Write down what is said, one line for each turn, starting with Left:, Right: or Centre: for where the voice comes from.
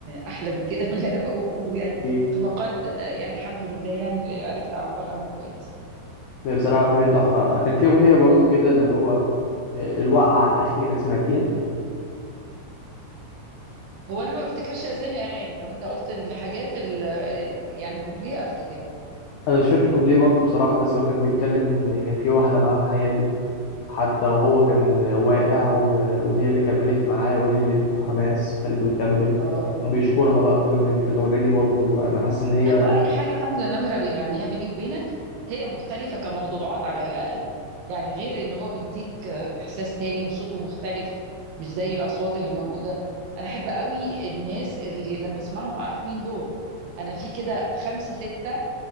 Right: احلى من كده <laughs> من اللي انا بقوله يعني
Left: اكيد
Right: في مقال آه، يعني الحمد لله يعني عرفت اعبر عنه كويس
Left: هي بصراحه اغنيه تحفه كان في اغنيه برضو كده اللي هو آه، الوقعه الاخيره سمعتيها
Right: هو انا ما بفتكرش اسامي اغاني لو انت قلت الحاجات ال- ال- يعني كوبليه افتكرها
Left: انا مش فاكر كوبليه برضو بصراحه بس هو كان بيتكلم ان كان في واحده معاه في حياته حتى وهو كان واقع و- وهي اللي كملت معاه وهي اللي اديته حماس وخلته يكمل
Right: اه اه
Left: وبيشكرها بقى في الاغنيه دي فالاغنيه دي برضو انا حاسس ان هي
Right: لا هو
Left: <laughs>
Right: اي حاجه حمزه نمره بيغنيها بيني وبينك هي مختلفه كموضوعات على الاقل يعني غير ان هو بيديك احساس تاني وصوته مختلف مش زي الاصوات اللي موجوده انا احب قوي الناس اللي لما اسمعهم اعرف مين دول انا في كده خمسه سته